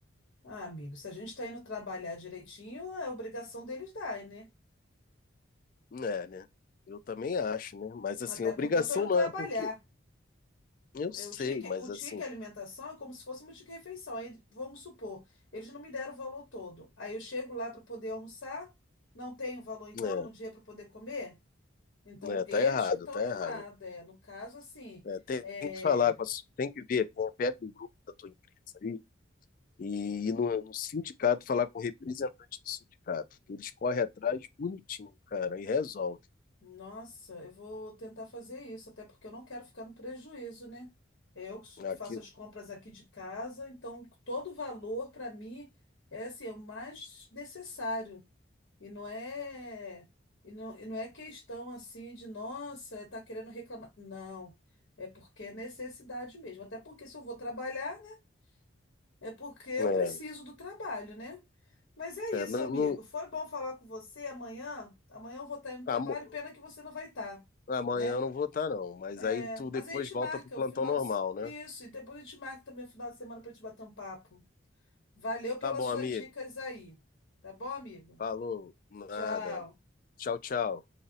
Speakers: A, on the left; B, on the left.
A: ah, amigo, se a gente está indo trabalhar direitinho, é obrigação deles dar, né?
B: É, né? Eu também acho, né? Mas assim,
A: Até
B: obrigação
A: porque eu tô indo
B: não
A: trabalhar.
B: é porque. Eu
A: É,
B: sei,
A: O ticket,
B: mas
A: o ticket
B: assim,
A: alimentação é como se fosse meu ticket refeição. Aí, vamos supor, eles não me deram o valor todo. Aí eu chego lá para poder almoçar, não tenho valor então
B: né,
A: no dia para poder comer? Então,
B: né? tá
A: eles
B: errado,
A: que estão
B: tá
A: errados.
B: errado.
A: É. No caso, assim,
B: É, tem,
A: é,
B: tem que falar com a, su- tem que ver, pô, pega um grupo da tua empresa aí e ir no, no sindicato falar com o representante do sindicato. que Eles correm atrás bonitinho, cara, e resolve.
A: nossa, eu vou tentar fazer isso, até porque eu não quero ficar no prejuízo, né? É eu que su- que
B: Aqui,
A: faço as compras aqui de casa, então todo valor para mim é assim, é o mais necessário. E não é, e não, e não é questão assim de, nossa, tá querendo reclamar. Não, é porque é necessidade mesmo. Até porque se eu vou trabalhar, né? É porque eu
B: é,
A: preciso do trabalho, né? Mas é
B: é,
A: isso,
B: não,
A: amigo.
B: não-
A: Foi bom falar com você amanhã. Amanhã eu vou estar indo no
B: amo-
A: trabalho, pena que você não vai estar,
B: amanhã
A: né?
B: eu não vou estar, não, mas
A: É,
B: aí tu
A: mas
B: depois
A: a gente
B: volta
A: marca
B: pro plantão
A: o final
B: normal,
A: de... se-
B: né?
A: Isso, e depois a gente marca também o final de semana para te bater um papo. Valeu pelas
B: Tá bom,
A: suas
B: amigo.
A: dicas aí. Tá bom, amigo?
B: Falou, nada.
A: Tchau.
B: Tchau, tchau.